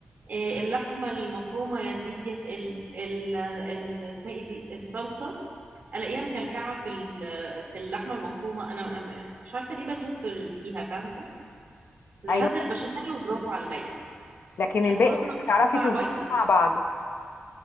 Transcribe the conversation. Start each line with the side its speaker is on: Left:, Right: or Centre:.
Right: إيه اللحمه المفرومه يا تزيد يا تقل ال ال اسمها ايه دي الصلصه الاقيها مكلكعه في ال- في اللحمه المفرومه انا أنا مش عارفه ليه بتوه في- فيها فاهمه لحد
Left: ايوه
Right: البشاميل وبرافو عليا
Left: لكن
Right: المكرونه
Left: الباقي مش بتعرفي
Right: بتطلع
Left: تظبطيه
Right: بايظه
Left: مع بعضه